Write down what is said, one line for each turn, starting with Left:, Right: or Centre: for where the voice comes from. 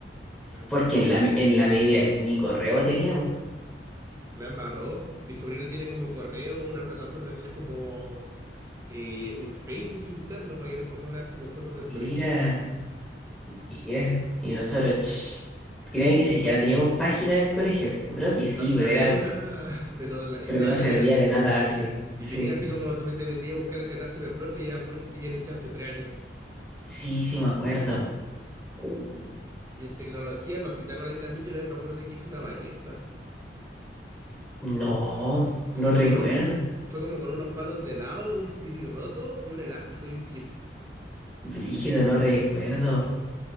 Right: La embarró.
Centre: porque en la, me- en la media ni correo teníamos.
Right: La embarró. Mi sobrino tiene como correo una plataforma que es como eh, un Facebook interno para que los papás vean como fotos del
Centre: Mira,
Right: colegio.
Centre: mira. Y nosotros, ch, creo que ni siquiera teníamos página del colegio. Yo creo que sí,
Right: Hab-
Centre: pero
Right: había
Centre: eran,
Right: una, <laughs> pero la- estaba
Centre: pero que no
Right: terrible
Centre: servía
Right: desactualizada.
Centre: de nada así.
Right: Y
Centre: Sí,
Right: tenía así como tú te metías a buscar el catastro de profe y eran profes que habían echado hace tres años.
Centre: sí, sí me acuerdo. Uh,
Right: Y en tecnología, no sé si te acuerdas también, yo una vez me acuerdo que hice una ballesta.
Centre: No,
Right: Como
Centre: no
Right: con
Centre: recuerdo.
Right: unos, fue como con unos palos de lado, un CD roto y un elástico y un clip.
Centre: Brígido, no recuerdo.